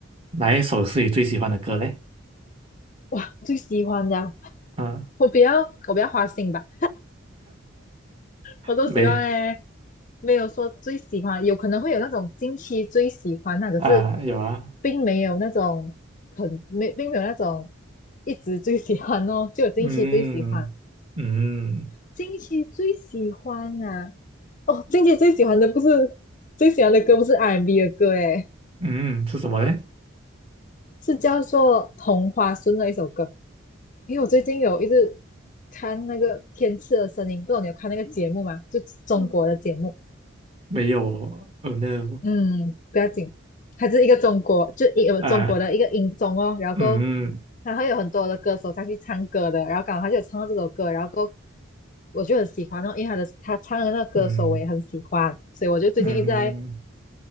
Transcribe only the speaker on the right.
哪一首是你最喜欢的歌嘞？
啊，
没
啊，有啊，
嗯嗯
嗯，是什么嘞？
嗯没有哦，Oh no，OK，
啊，
嗯
嗯
嗯。嗯